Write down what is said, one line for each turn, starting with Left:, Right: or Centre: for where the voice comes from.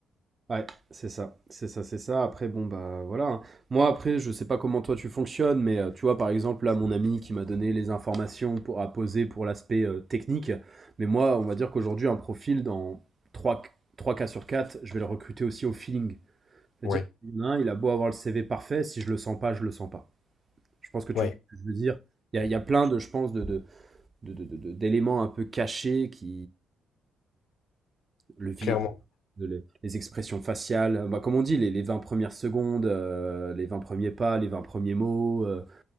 Right: Ouais, c'est ça, c'est ça, c'est ça. Après, bon, bah voilà. hein. Moi, après, je sais pas comment toi tu fonctionnes, mais euh, tu vois, par exemple, là, mon ami qui m'a donné les informations pour, à poser pour l'aspect euh, technique, mais moi, on va dire qu'aujourd'hui, un profil dans 3 trois cas sur 4, je vais le recruter aussi au feeling. C'est-à-dire
Left: Ouais,
Right: qu'il y en a un, il a beau avoir le CV parfait, si je le sens pas, je le sens pas. Je pense que tu
Left: ouais,
Right: vois ce que je veux dire. Il y a, il y a plein de, je pense, de, de, de- de- de- d'éléments un peu cachés qui. Le, vi-
Left: clairement.
Right: de les les expressions faciales, bah, comme on dit, les les 20 premières secondes, heu, les 20 premiers pas, les 20 premiers mots, heu,